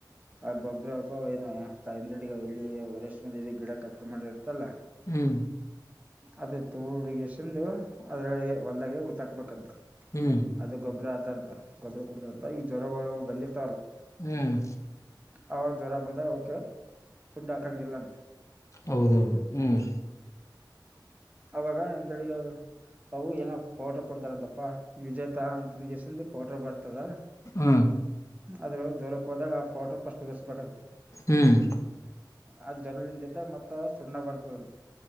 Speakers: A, on the right (about 20°); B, on the left (about 40°).
A: ಆ ಗೊಬ್ಬ್ರ ಏನು ತಂದಡಿ ಇಲ್ಲಿ ವರೆಷ ಮ ಇ ಗಿಡ ಕಟ್ ಮಾಡಿ ಇರ್ತಲ್ಲಾ
B: ಹ್ಮ್
A: ಅದ ತೋಡ್ಗಸಂದು ಅದ್ರೊಳಗೆ ಹೊಲ್ದಾಗ ಗಊತ್ತಾಕ್ಬೇಕಂತ
B: ಹ್ಮ್
A: ಅದ ಗೊಬ್ಬರ ಅಂತ ಗೊಬ್ಬರ ಕೊಡತಾರ ಅಂತ ಈ ಜ್ವರಗಳು ಬಂದಿತ
B: ಹ್ಮ್
A: ಹೌ ಜರ ಬಂದ ಓಕೆ ಫುಡ್ ಹಾಕಂಗಿಲ್ಲ ಅಂತ
B: ಹೌದೌದು ಹ್ಮ್
A: ಅವಾಗ ಹಿಂದಗ ಅವು ಏನ ಪೌಡ್ರ ಕೊಡ್ತಾರಂತಪ್ಪಾ ವಿಜೇತಾ ಅಂತ ನಗಸಂದು ಪೌಡ್ರ ಬರ್ತದ
B: ಹ್ಮ್
A: ಆದ್ರ ಜ್ರಕ್ಕೆ ಹೋದಾಗ ಆ ಫೋಟೋಫಸ್ಟ್ ದಸ ಬಂತ
B: ಹ್ಮ್
A: ಅದ್ ಜ್ರಲಿಂದ ಇದ್ದಾಗ ಮತ್ತತ್ ಸುಣ್ಣ ಬರ್ತದಂತೆ